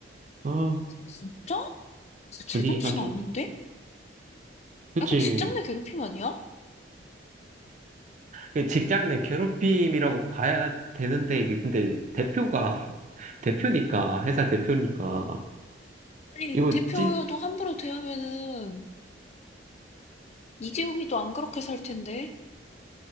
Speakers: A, on the right; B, on the left.
A: 아,
B: 진짜? 제정신
A: 분위기가 좀,
B: 아닌데?
A: 그치.
B: 약간 직장 내 괴롭힘 아니야?
A: 그 직장 내 괴롭힘이라고 봐야 되는데, 이게 근데 대표가, <laughs> 대표니까, 회사 대표니까,
B: 아니,
A: 이거
B: 대표도
A: 찐,
B: 함부로 대하면은 이재용이도 안 그렇게 살 텐데.